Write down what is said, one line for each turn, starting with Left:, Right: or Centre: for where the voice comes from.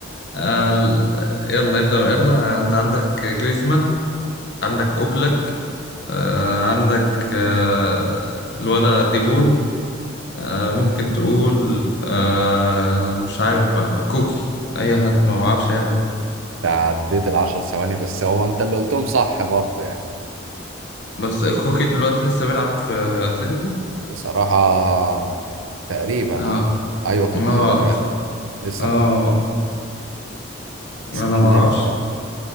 Left: آه ال- يلا ابدأ بقى، يلا أنت عندك جريزمان عندك أوبلك آه عندك آه الولا ديبول آه ممكن تقول آه مش عارف بقى كوكي أي حد ما أعرفش أي حد
Right: تعديت العشر ثواني بس هو أنت اللي قلتهم صح برضه يعني
Left: بس كوكي دلوقتي لسه بيلعب في اتلتيكو
Right: بصراحة تقريبا
Left: اه
Right: اه ايوه كوكا
Left: اه
Right: لسه جايلنا. لسه
Left: اه
Right: م-
Left: انا
Right: استنى
Left: ما اعرفش
Right: انت بقى